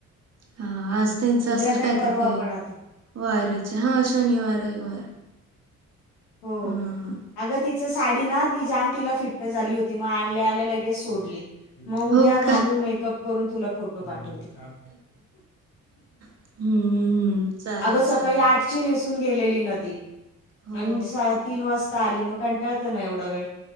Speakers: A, on the right; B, on the left.
A: ह <inaudible> हा आज त्यांचं
B: उद्या
A: असेल काय
B: परवा
A: तर ते
B: पण आता
A: वारीच हा शनिवार रविवार
B: हो
A: हा
B: अग ती. तीची साडी ना ती जाम तिला फिट्ट झाली होती मग आणल्या आल्या लगेच सोडली. म उद्या
A: हो
B: घालून
A: का
B: मेकअप करून तुला फोटो पाठवते.
A: हम्म चालेल
B: अग सकाळी
A: चालेल
B: आठ. ची नेसून गेलेली ना ती,
A: हो
B: आन सा तीन वाजता आली मग कंटाळतं ना एवढा वेळ!